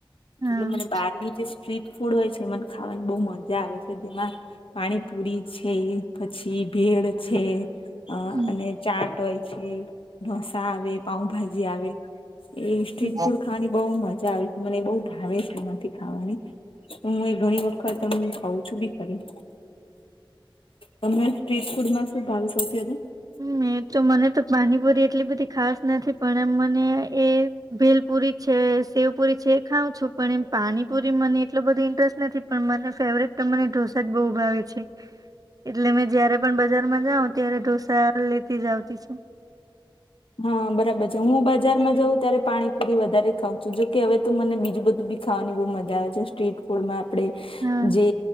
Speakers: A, on the right; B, on the left.
A: હા
B: એટલે મને બહારની જે સ્ટ્રીટ ફૂડ હોય છે મને ખાવાની બહુ મજા આવે છે જેમાં પાણીપુરી છે પછી ભેડ છે. અ
A: હમ,
B: અને ચાટ હોય છે ઢોસા આવે પાઉભાજી આવે એ સ્ટ્રીટ
A: હમ.
B: ફૂડ ખાવાની બહુ મજા આવે છે મને એ બહુ ભાવે છે એમાંથી ખાવાની. હું એ ઘણી વખત તમને ખઉં છું બી ખરી. તમે સ્ટ્રીટ ફૂડ માં શું ભાવી સૌથી વધાર
A: મે તો મને તો પાનીપુરી એટલી બધી ખાસ નથી પણ એમ મને એ ભેલપુરી છે શેવ પુરી છે એ ખાવં છું પણ એમ પાણીપુરી મને એટલો બધો ઇન્ટરેસ્ટ નથી. પણ મને ફેવરેટ તો મને ઢોસા જ બહુ ભાવે છે. એટલે મેં જયારે પણ બજારમાં જાવ ત્યારે ઢોસા લેતી જ આવતી છું.
B: હા બરાબર છે હું બજારમાં જઉં ત્યારે પાણીપુરી વધારે ખાવઉં છું જે હવે તો મને બીજું બધું ખાવાની બહુ મજા આવે છે સ્ટ્રીટ ફૂળમાં આપડે
A: હા
B: જે